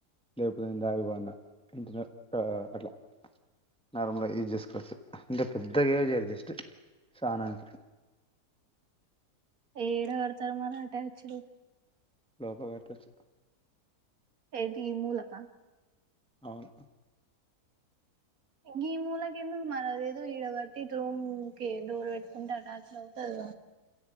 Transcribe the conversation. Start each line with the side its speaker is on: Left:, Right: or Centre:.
Centre: లేకపోతే ఇ దాగివాన ఇంటనే అట్లా నార్మల్గా యూజ్ చేసుకోవచ్చు అంటే పెద్దగా చేయరు జస్ట్ స్నానానికి
Right: ఏడా కడతారు మరి అటచ్చలు
Centre: లోప కట్టొచ్చు
Right: ఏంటి ఈ మూలక
Centre: అవును
Right: ఇ ఈ మూలకి ఎందుకు మన ఏదో ఈడ కట్టి ఇ రూమ్ కి డోర్ పెట్టుకుంటే అటాచ్లు అవుతుంది